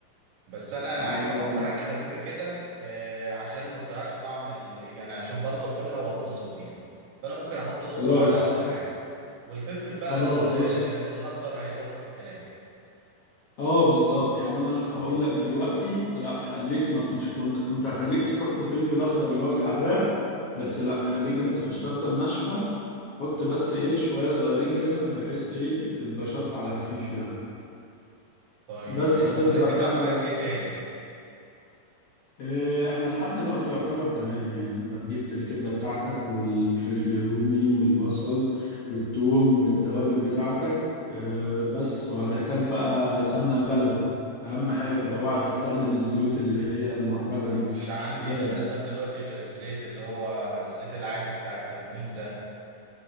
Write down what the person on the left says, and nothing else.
آه
خلاص
خلاص
بص
اه بالظبط يعني انا هقول لك دلوقتي لا خليك ما مش كن... كنت هخليك تحط فلفل اخضر اللي هو الحراق بس لا
خليك انت في الشطه الناشفه حط بس ايه شويه صغيرين كده بحيث ايه تبقى شطه على خفيف يعني
بس
هتبدا
بقى
آه، احنا لحد دلوقتي يعتبر تمام يعني انت جبت الكبدة بتاعتك والفلفل الرومي والبصل والثوم والتوابل بتاعتك آه، بس وهتحتاج بقى سمنة بلدي اهم حاجة اوعى تستخدم الزيوت اللي هي المهدرجة
دي
تمام.